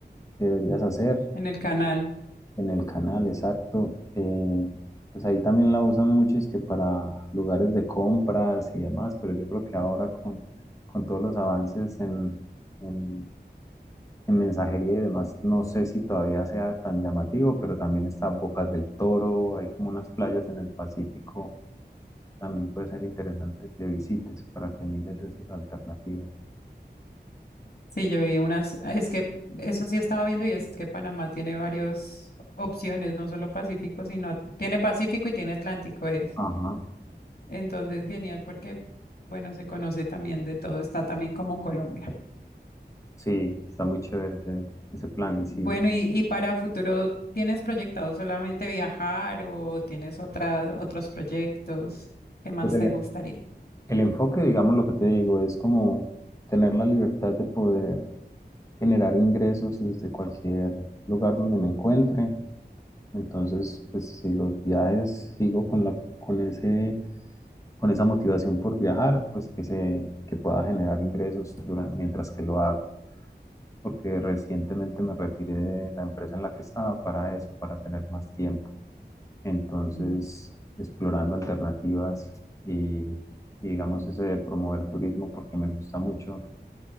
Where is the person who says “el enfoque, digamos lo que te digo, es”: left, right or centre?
Left